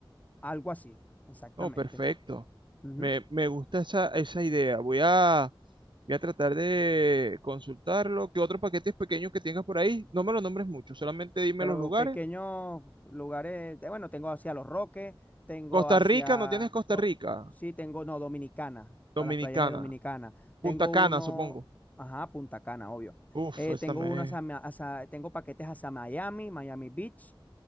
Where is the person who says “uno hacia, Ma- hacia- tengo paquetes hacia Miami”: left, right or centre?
Left